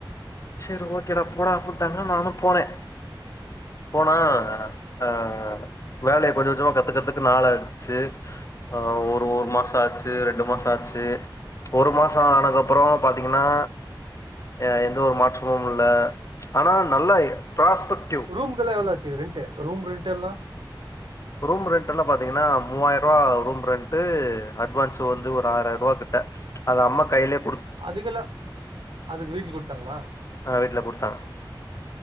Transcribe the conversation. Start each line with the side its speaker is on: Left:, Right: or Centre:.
Left: சரி ஓக்கேடா போடா அப்புன்ட்டாங்க நானு போனே போனா அ வேலைய கொஞ்ச கொஞ்சமா கத்துக்கறதுக்கு நாள எடுத்ச்சு ஆ ஒரு ஒரு மாச ஆச்சு ரெண்டு மாச ஆச்சு ஒரு மாசஆனக்கப்பறோ பாத்தீங்கன்னா எ எந்த ஒரு மாற்றமும் இல்ல ஆனா நல்ல பராஸ்பெக்ட்
Right: ரூம்க்கெல்லா எவ்ளாச்சு ரெண்ட்டு ரூம் ரெண்ட்டு எல்லா
Left: ரூம் ரெண்ட்டலா பாத்தீங்கன்னா மூவாயிர்வா ரூம் ரெண்ட்டு அட்வான்ஸ்ஸு வந்து ஒரு ஆறாயர்வா கிட்ட அது அம்மா கைலேயே
Right: அதுக்கெல்லா அதுக்கு வீட்ல குடுத்தாங்ளா
Left: ஆ வீட்ல குடுத்தாங்க